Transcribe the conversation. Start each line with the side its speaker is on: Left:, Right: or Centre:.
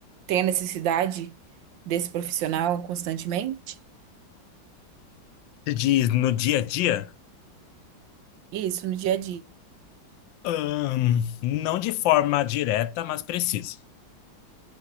Right: tem a necessidade desse profissional constantemente?
Left: Se diz no dia a dia?
Right: Isso, no dia a dia.
Left: Ahn, não de forma direta, mas precisa.